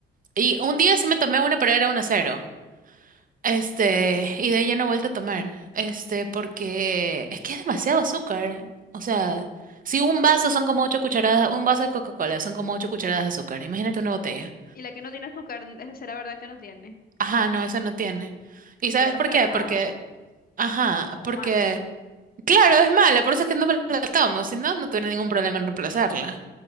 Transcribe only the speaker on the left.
Y la que no tiene azúcar, eh, será verdad que no tiene,
porque no
sabe
a nada,
es como
mala.